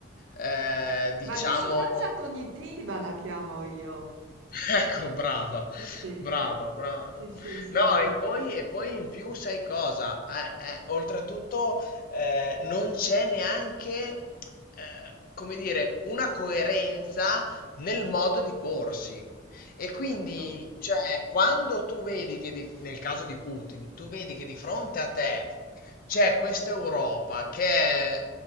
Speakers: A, on the left (about 50°); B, on the right (about 80°).
A: eh, diciamo.
B: ma dissonanza cognitiva la chiamo io.
A: Ecco, brava,
B: Sì,
A: brava, brava.
B: sì, sì, sì,
A: No,
B: sì.
A: e poi, e poi in più sai cosa? Eh, eh, oltretutto eh, non c'è neanche, eh, come dire, una coerenza nel modo di porsi. E
B: Appunto,
A: quindi, cioè, quando tu vedi che, di- nel caso di Putin, tu vedi che di fronte a te c'è questa Europa che è-